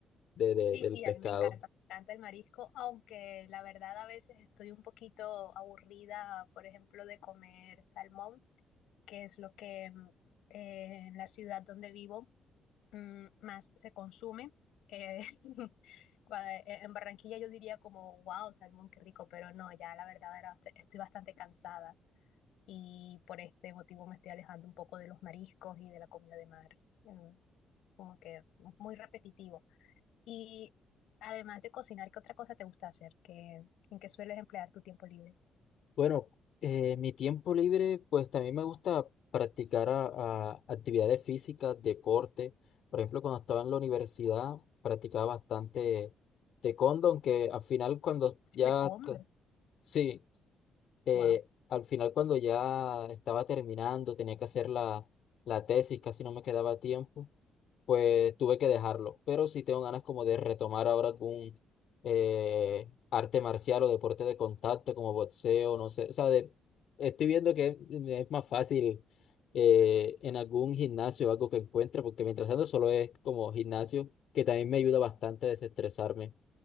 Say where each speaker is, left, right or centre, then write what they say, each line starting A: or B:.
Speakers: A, on the left; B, on the left.
A: de,
B: Sí,
A: de- del
B: sí,
A: pescado.
B: a mí me encanta, me encanta el marisco, aunque la verdad a veces estoy un poquito aburrida, por ejemplo, de comer salmón, que es lo que mm, eh, en la ciudad donde vivo mm, más se consume. Eh, <laughs> cua- eh, en Barranquilla yo diría como, wow, salmón, qué rico, pero no, ya la verdad era, bast- estoy bastante cansada y por este motivo me estoy alejando un poco de los mariscos y de la comida de mar, Mm, como que muy repetitivo. Y además de cocinar, ¿qué otra cosa te gusta hacer? ¿Qué, en qué sueles emplear tu tiempo libre?
A: Bueno, eh, mi tiempo libre, pues también me gusta practicar a- a actividades físicas, deporte. Por ejemplo, cuando estaba en la universidad, practicaba bastante taekwondo, aunque al final cuando ya,
B: De comer.
A: co- sí, eh,
B: Wow.
A: al final cuando ya estaba terminando, tenía que hacer la, la tesis, casi no me quedaba tiempo, pues tuve que dejarlo. Pero sí tengo ganas como de retomar ahora algún eh, arte marcial o deporte de contacto como boxeo, no sé. O sea, de- estoy viendo que me es más fácil eh, en algún gimnasio o algo que encuentre, porque mientras tanto solo es como gimnasio, que también me ayuda bastante a desestresarme.